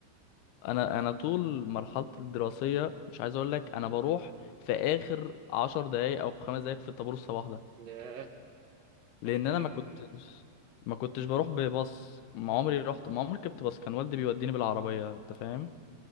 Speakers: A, on the left; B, on the right.
A: انا انا طول مرحلتي الدراسيه مش عايز اقول لك انا بروح في اخر عشر دقايق او خمس دقايق في الطابور الصباح ده
B: ياه
A: لان
B: انا كملت
A: انا ما كنتش ما كنتش بروح بباص ما عمري رحت ما عمري ركبت باص كان والدي بيوديني بالعربيه انت فاهم
B: آه.